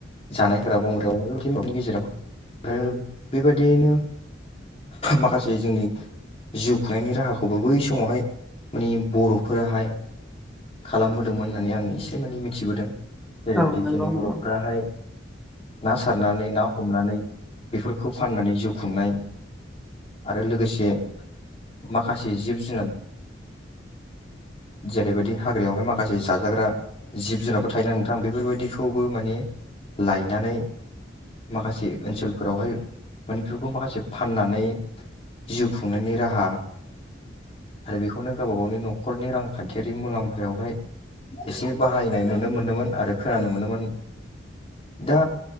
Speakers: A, on the left; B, in the centre.
A: जानाय हाग्रा बंग्राआव बेफोरनि गेजेराव आरो बेबाददियैनो माखासे जोंनि जिउ खुंनायनि राहाखौबो बै समावहाय माने बरफोराहाय खालामबोदोंमोन होननानै आं एसे माने मिथिबोदों जेरैबायदि
B: औ नंगौ
A: जोनि बरफ्राहाय
B: नंगौ
A: ना सारनानै ना हमनानै बेफोरखौ फाननानै जिउ खुंनाय आरो लोगोसे माखासे जिब जुनार जेरैबायदि हाग्रायावहाय माखासे जाजाग्रा जिब जुनारफोर थायोना नोंथां बेफोरबायदिखौबो माने लायनानै माखासे ओनसोलफोरावहाय माने बेफोरखौ माखासे फाननानै जिउ खुंनायनि राहा आरो बेखौनो गावबा गावनि नखरनि रांखान्थियारि मुलाम्फायावहाय एसे बाहायनाय नुनो मोनोमोन। आरो खोनानो मोनोमोन दा